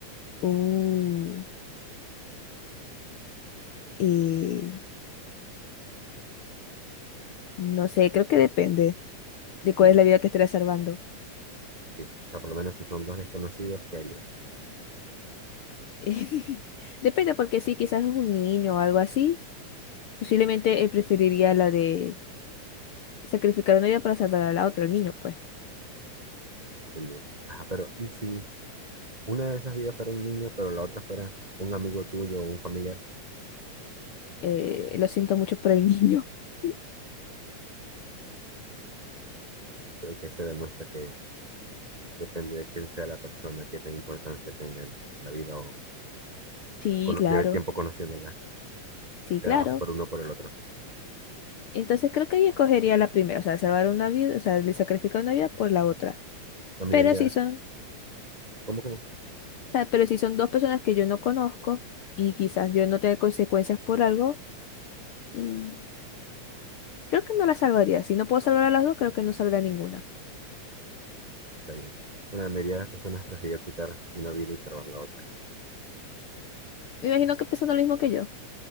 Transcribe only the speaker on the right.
Sí,
sí. O sea, por lo menos si son dos desconocidos, ¿qué harías?
Entendido. Ajá, pero ¿y si Una de esas vidas fuera un niño, pero la otra fuera un amigo tuyo o un familiar,
pero que se demuestra que depende de quién sea la persona, qué tan importancia tenga en la vida o
cono-
lleve tiempo conociéndola,
sea
por uno o por el otro.
La mayoría,
¿cómo, cómo?
Está bien. Bueno, la mayoría de las personas prefirió quitar una vida y salvar la otra.